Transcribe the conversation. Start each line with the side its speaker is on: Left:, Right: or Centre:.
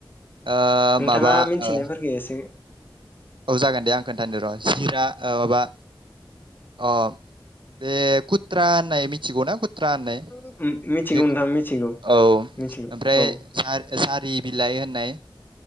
Right: ओ
Left: नोंथाङा
Right: माबा
Left: मिथिनायफोरखौ
Right: ओ
Left: एसे
Right: जागोन दे आं खोनथानि र' जिरा ओ माबा अ' बे खुट्रा होननाय मिथिगौना? ट्रा होननाय
Left: उम मिथिगौ
Right: बे
Left: नोंथां मिथिगौ
Right: औ ओमफ्राय
Left: मिथिगौ औ
Right: जारि बिलाइ होननाय।